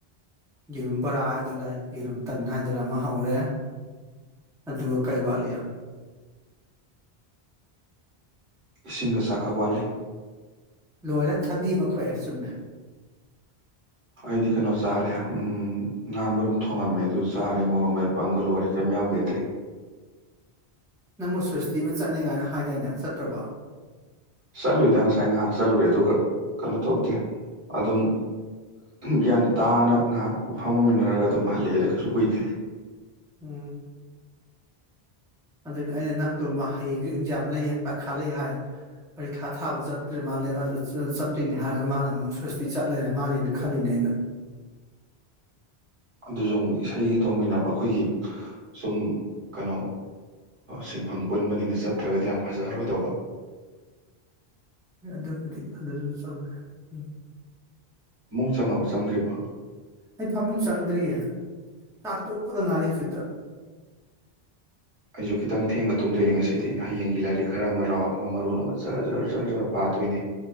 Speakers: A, in the centre; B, on the right.
A: ꯌꯦꯔꯨꯝ ꯕꯔꯥ ꯍꯥꯏꯗꯨꯔ ꯌꯦꯔꯨꯝ ꯇꯟ ꯍꯥꯏꯗꯨꯔꯥ ꯑꯃ ꯍꯧꯔꯦ ꯑꯗꯨꯒ ꯀꯩ ꯋꯥꯠꯂꯤ
B: ꯏꯁꯤꯡꯒ ꯆꯥꯛꯈꯛ ꯋꯥꯠꯂꯤ
A: ꯂꯣꯏꯔꯦ ꯊꯕꯤ ꯑꯃ ꯈꯣꯠꯑꯦ ꯆꯨꯝꯃꯦ
B: ꯑꯩꯗꯤ ꯀꯩꯅꯣ ꯆꯥꯔꯦ ꯎ ꯉꯥ ꯃꯔꯨꯝ ꯊꯣꯡꯉꯝꯃꯦ ꯑꯗꯨ ꯆꯥꯔꯦ ꯃꯣꯔꯣꯛ ꯃꯦꯠꯄ ꯑꯃꯒ ꯂꯣꯏꯔꯦ ꯀꯔꯤꯝ ꯌꯥꯎꯗꯦ ꯑꯇꯩ
A: ꯅꯪꯕꯨ ꯁ꯭ꯋꯁꯇꯤ ꯑꯃ ꯆꯠꯅꯤ ꯀꯥꯏꯅ ꯍꯥꯏꯗꯥꯏꯅ ꯆꯠꯇ꯭ꯔꯕ
B: ꯆꯠꯂꯨꯏꯗ ꯉꯁꯥꯏ ꯉꯥꯏꯍꯥꯛ ꯆꯠꯂꯨꯔꯦ ꯑꯗꯨꯒ ꯀꯩꯅꯣ ꯇꯧꯗꯦ ꯑꯗꯨꯝ ꯒ꯭ꯌꯥꯟ ꯇꯥꯅ ꯉꯥꯏꯍꯥꯛ ꯐꯝꯃꯝꯃꯤꯟꯅꯔꯒ ꯑꯗꯨꯝ ꯍꯜꯂꯛꯑꯦꯗ ꯀꯩꯁꯨ ꯀꯨꯏꯗꯦ
A: ꯎꯝ ꯑꯗꯨꯅꯤ ꯑꯩꯅ ꯅꯪꯗꯣꯃ ꯍꯌꯦꯡꯁꯨ ꯑꯦꯛꯖꯥꯝ ꯂꯩ ꯍꯥꯏ ꯄꯔꯤꯈꯥ ꯂꯩ ꯍꯥꯏ ꯄꯔꯤꯈꯥ ꯊꯥꯕ ꯆꯠꯇ꯭ꯔꯦ ꯃꯥꯜꯂꯦ ꯆꯠꯇꯣꯏꯅꯦ ꯍꯥꯏꯔꯒ ꯃꯥꯅ ꯑꯃꯨꯛ ꯁꯁꯇꯤ ꯆꯠꯂꯔ ꯃꯥꯜꯂꯦꯅ ꯈꯜꯂꯤꯅꯦ ꯑꯩꯅ
B: ꯑꯗꯨꯁꯨ ꯑꯃꯨꯛ ꯏꯁꯩꯒꯤ ꯇꯧꯃꯤꯟꯅꯕ ꯑꯩꯈꯣꯏꯒꯤ ꯁꯨꯝ ꯀꯩꯅꯣ ꯁꯤꯟꯐꯝ ꯄꯨꯟꯕꯅꯤꯅ ꯆꯠꯇ꯭ꯔꯒꯗꯤ ꯌꯥꯝ ꯐꯖꯔꯔꯣꯏꯗꯧꯕ
A: ꯑꯗꯨꯕꯨꯗꯤ ꯑꯗꯨꯁꯨ ꯆꯃꯦ ꯎꯝ
B: ꯆꯪꯉ ꯑꯃ ꯆꯪꯗ꯭ꯔꯤꯕꯣ
A: ꯑꯩ ꯐꯃꯨꯡ ꯆꯪꯗ꯭ꯔꯤꯌꯦ ꯆꯥꯛ ꯇꯣꯛꯄꯗ ꯉꯥꯏꯔꯤ ꯍꯧꯖꯤꯛꯇ
B: ꯑꯩꯁꯨ ꯈꯤꯇꯪ ꯊꯦꯡꯅ ꯇꯨꯝꯗꯣꯏꯅꯤ ꯉꯁꯤꯗꯤ ꯍꯌꯦꯡꯒꯤ ꯂꯥꯏꯔꯤꯛ ꯈꯔ ꯑꯃ ꯔꯥꯎꯟ ꯑꯃ ꯃꯔꯣꯜ ꯑꯃ ꯖꯔ ꯖꯔ ꯖ ꯖꯔ ꯄꯥꯗꯣꯏꯅꯤ